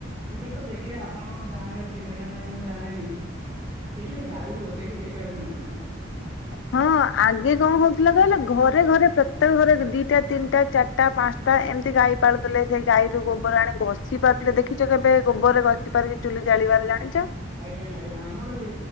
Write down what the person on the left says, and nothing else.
ହଁ ଆଗେ କଣ ହଉଥିଲା କହିଲା ଘରେ ଘରେ ପ୍ରତ୍ୟେକ ଘରେ ଦିଟା ତିନିଟା ଚାରିଟା ପାଞ୍ଚଟା ଏମିତି ଗାଈ ପାଳୁଥିଲେ ସେଇ ଗାଈରୁ ଗୋବର ଆଣି ଘଷି ପାରୁଥିଲେ ଦେଖିଛ କେବେ ଗୋବରରେ ଘଷି ପାରିକି ଚୁଲି ଜାଳିବାରେ ଜାଣି